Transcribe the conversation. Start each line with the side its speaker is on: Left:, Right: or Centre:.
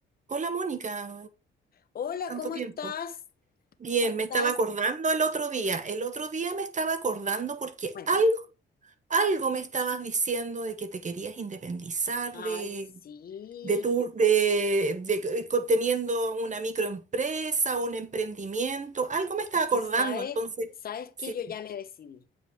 Right: Hola Mónica,
Left: Hola,
Right: tanto
Left: ¿cómo
Right: tiempo.
Left: estás?
Right: Bien,
Left: ¿Cómo estás?
Right: me estaba acordando el otro día. El otro día me estaba acordando porque
Left: Cuéntame.
Right: algo, algo me estabas diciendo de que te querías independizar
Left: Ay,
Right: de,
Left: sí,
Right: de tu,
Left: yo-
Right: de, de, de co- teniendo una microempresa, un emprendimiento. Algo me estaba
Left: es
Right: acordando,
Left: que sabe,
Right: entonces,
Left: sabes
Right: sí.
Left: que yo ya me decidí.